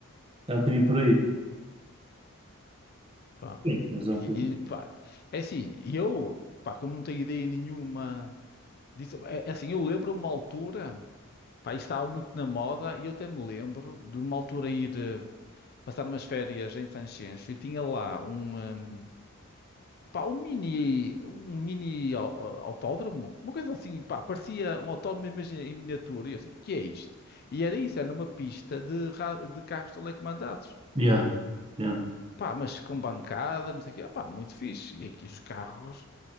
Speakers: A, on the right; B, on the left.
A: É um bocadinho por aí.
B: Pá,
A: Sim, mas é
B: e,
A: um bocadinho.
B: e, pá, é assim, e eu, pá, como não tenho ideia nenhuma disso, é, é assim, eu lembro uma altura, pá, isto estava muito na moda, e eu até me lembro de uma altura ir eh, passar umas férias em Sanxenxo e tinha lá um, ehm, pá, um mini, um mini au- eh, autódromo, uma coisa assim, pá, parecia um autódromo mas em miniatura, e eu assim, o que é isto? E era isso, era numa pista de, ra- de carros telecomandados.
A: Yeah, yeah.
B: Pá, mas com bancada, não sei o quê. Pá, muito fixe. E aqui os carros.